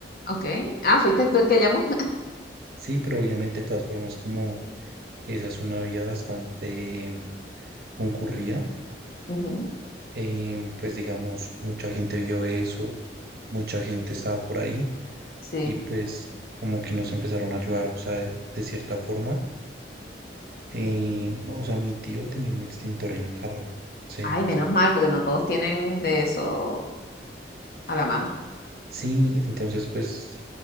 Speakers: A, on the left; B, on the right.
A: Ok. Ah, fuiste tú el que llamó.
B: Sí, pero obviamente de todas formas como esa es una vía bastante concurrida,
A: <laughs> Ujú.
B: eh, pues digamos, mucha gente vio eso, mucha gente estaba por ahí
A: Sí.
B: y pues como que nos empezaron a ayudar, o sea, de de cierta forma Eh, o sea, mi tío tenía un extintor en el carro, ¿sí?
A: Ay, menos mal, porque no todos tienen de eso a la mano.
B: Sí, entonces pues,